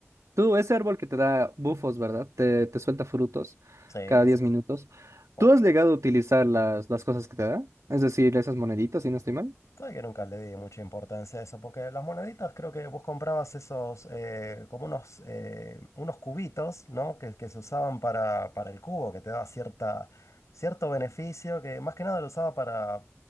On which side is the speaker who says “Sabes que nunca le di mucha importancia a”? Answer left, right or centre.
Left